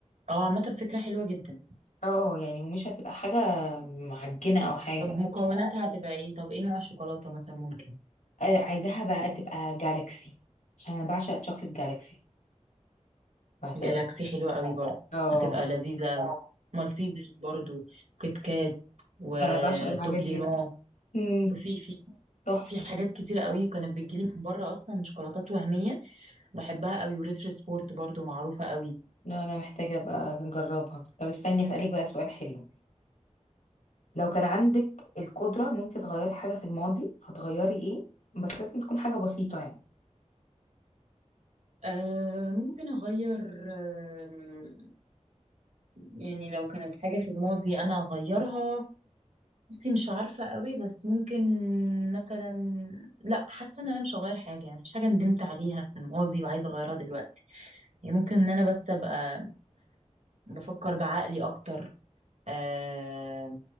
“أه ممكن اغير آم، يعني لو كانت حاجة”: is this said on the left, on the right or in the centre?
Right